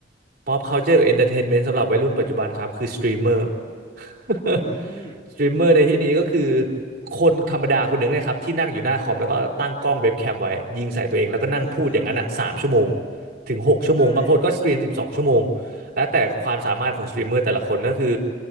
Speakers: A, on the right; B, on the left.
A: pop culture กับ entertainment สำหรับวัยรุ่นปัจจุบันครับคือสตรีมเมอร์ <laughs>
B: อืม
A: สตรีมเมอร์ <laughs> ในที่นี้ก็คือคนธรรมดาคนหนึ่งนะครับที่นั่งอยู่หน้าคอมแล้วก็ตั้งกล้องเว็บแคมไว้ยิงใส่ตัวเองแล้วก็นั่งพูดอย่างนั้นอ่ะสามชั่วโมง
B: เออเออ เออ
A: ถึงหกชั่วโมงบางคนก็สตรีมสิบสองชั่วโมง
B: เฮ้ย
A: แล้วแต่ความสามารถของสตรีมเมอร์แต่ละคนก็คือ